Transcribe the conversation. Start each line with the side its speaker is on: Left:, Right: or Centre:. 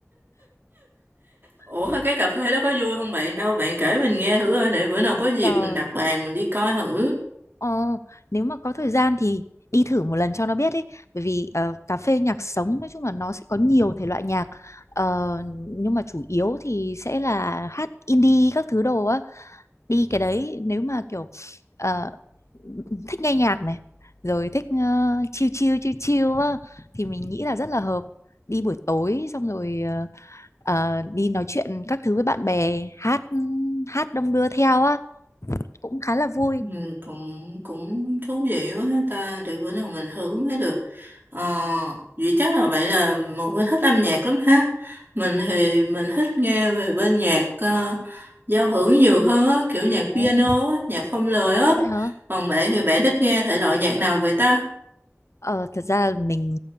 Right: Ủa
Left: <laughs> Không.
Right: cái cà phê đó có vui không bạn? Đâu bạn kể mình nghe thử ơi để bữa nào có dịp
Left: Trời.
Right: mình đặt bàn mình đi coi thử.
Left: Ờ, nếu mà có thời gian thì đi thử một lần cho nó biết ý. Bởi vì ờ, cà phê nhạc sống nói chung là nó sẽ có nhiều thể loại nhạc. Ờ, nhưng mà chủ yếu thì sẽ là hát indie các thứ đồ á đi cái đấy nếu mà kiểu ờ, thích nghe nhạc này rồi thích ờ, chill chill chill chill á, thì mình nghĩ là rất là hợp đi buổi tối xong rồi ờ, ờ, đi nói chuyện các thứ với bạn bè hát hát đông đưa theo á cũng khá là vui
Right: Ừ, cũng cũng thú vị quá ha ta để bữa nào mình thử mới được ờ, vậy chắc là vậy là một người thích âm nhạc lắm ha mình thì mình thích nghe về bên nhạc ờ, giao hưởng nhiều hơn á kiểu nhạc
Left: Ồ,
Right: piano á nhạc không lời
Left: có
Right: á
Left: vậy hả?
Right: còn bạn thì bạn thích nghe thể loại nhạc nào vậy ta
Left: Ờ, thật ra mình